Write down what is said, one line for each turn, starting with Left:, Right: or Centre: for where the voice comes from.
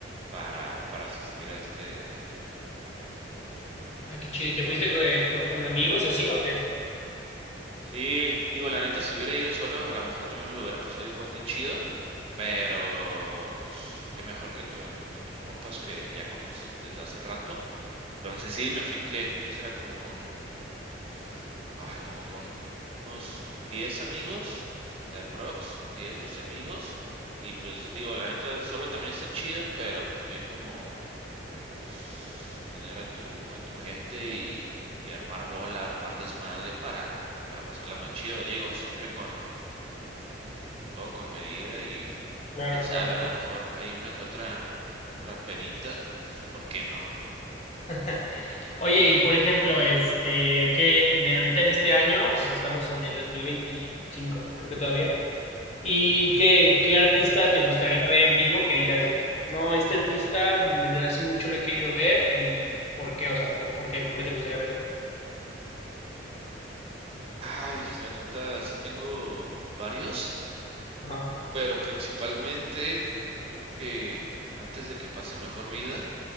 Right: para, para asistir a este, a este festival.
Left: Ah, qué chido. ¿Y te fuiste eh, con, con amigos y así o qué?
Right: Sí, digo, la neta, si hubiera ido solo, a lo mejor también me lo hubiera pasado igual de chido, pero pues qué mejor que, tu- que con tus compas que ya conoces desde hace rato. Entonces sí, me fui que, que será como con, ay, como con unos 10 amigos, este, aprox, 10 12 amigos, y pues digo, la neta, solo también está chido, pero pues no hay como pues tener a tu, a tu gente y, y armar bola, armar desmadre para, pues, para pasarla más chido, digo, siempre con, con, con todo con medida y pues
Left: Claro,
Right: quién sabe,
Left: claro.
Right: a lo mejor hay una que otra, otra pedita, pues ¿por qué no?
Left: <laughs> Oye, y por ejemplo, este, que de ahorita en este año, es- estamos en el 2025 creo que todavía, ¿y qué, qué artista te gustaría ver en vivo que digas de que, no, este artista desde hace mucho lo he querido ver y por qué, o sea, como, ¿por qué, por qué te gustaría verlo?
Right: Ay, la neta, sí tengo varios.
Left: Ajá,
Right: Pero principalmente, yo creo que antes de que pase mejor vida,